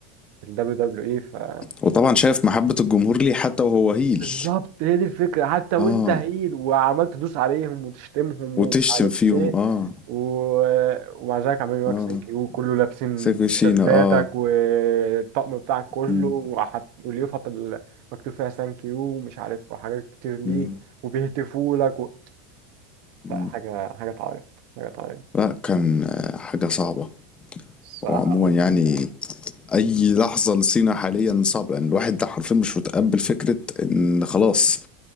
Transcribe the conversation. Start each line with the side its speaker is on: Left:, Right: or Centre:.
Right: في ال WWE
Left: وطبعًا شايف محبة الجمهور ليه حتى وهو heel
Right: بالظبط هي دي الفكرة حتى وانت
Left: آه،
Right: هيل وعمال تدوس عليهم وتشتمهم
Left: وتشتم
Right: ومش عارف
Left: فيهم
Right: ايه
Left: آه،
Right: و... ومع ذلك عمالين يقولك
Left: آه،
Right: ثانك يو كله لابسين
Left: سيكو سينا
Right: تيشيرتاتك
Left: آه،
Right: والطقم بتاعك كله
Left: إمم،
Right: وحط... واليافطة اللي مكتوب فيها ثانك يو ومش عارف وحاجات كتير ليك
Left: إمم،
Right: وبيهتفوا لك و...
Left: إمم،
Right: لا، حاجة حاجة تعيط حاجة تعيط
Left: لأ كان آه، حاجة صعبة،
Right: الصراحة
Left: وعمومًا يعني أي لحظة لسينا حاليًا صعبة، لأن الواحد ده حرفيًا مش متقبّل فكرة إن خلاص